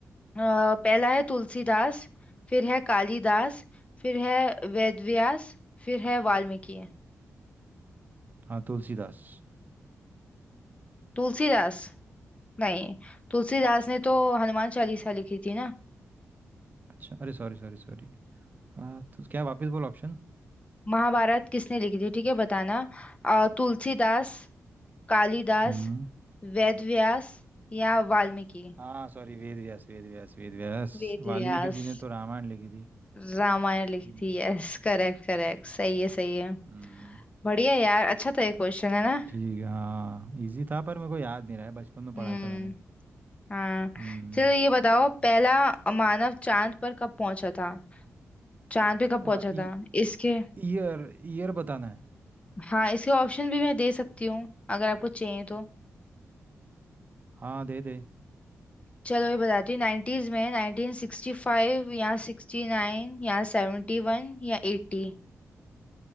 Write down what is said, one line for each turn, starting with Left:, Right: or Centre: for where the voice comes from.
Left: पहला है तुलसीदास फिर है कालिदास फिर है वेदव्यास फिर है वाल्मीकि
Right: हाँ तुलसीदास
Left: तुलसीदास नहीं तुलसीदास ने तो हनुमान चालीसा लिखी थी ना
Right: अच्छा अरे सॉरी सॉरी सॉरी हाँ तो क्या वापस बोल ऑप्शन
Left: महाभारत किसने लिखी थी ठीक है बताना अ, तुलसीदास कालिदास
Right: हम्म
Left: वेदव्यास या वाल्मीकि
Right: हाँ सॉरी वेद व्यास वेद व्यास वेद व्यास
Left: वेदव्यास
Right: वाल्मीकि जी ने तो रामायण लिखी थी
Left: रामायण लिखी
Right: हम्म
Left: थी यस करेक्ट करेक्ट सही है सही है
Right: हम्म,
Left: बढ़िया यार अच्छा था ये क्वेश्चन है ना
Right: ठीक है हाँ इजी था पर मेरे को याद नहीं रहा है बचपन में पढ़ा
Left: हम्म
Right: था मैंने
Left: हाँ
Right: हम्म
Left: चलो ये बताओ पहला मानव चांद पर कब पहुंचा था चांद पे कब
Right: आ,
Left: पहुंचा
Right: ई-
Left: था इसके
Right: ईयर ईयर बताना है
Left: हाँ इसके ऑप्शन भी मैं दे सकती हूँ अगर आपको चाहिए तो
Right: हाँ दे दे
Left: चलो ये बताती हूँ नाइन्टीज में नाइनटीन सिक्सटी फाइव या सिक्सटी नाइन या सेवेंटी वन या एट्टी